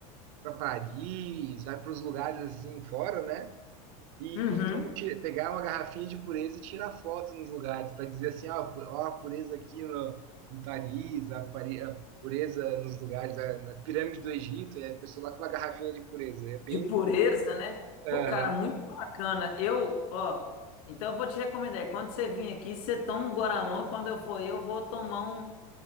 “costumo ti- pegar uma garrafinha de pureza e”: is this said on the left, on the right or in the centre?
Right